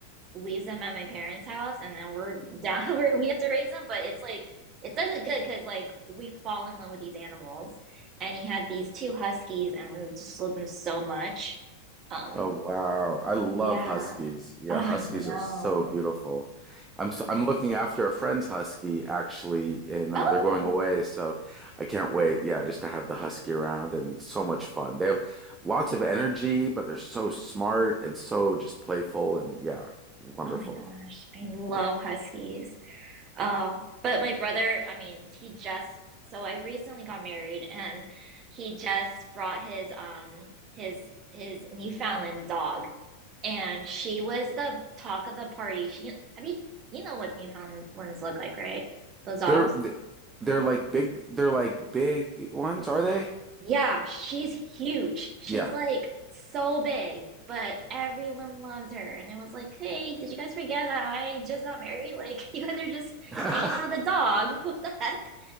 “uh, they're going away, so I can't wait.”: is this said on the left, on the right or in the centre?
Right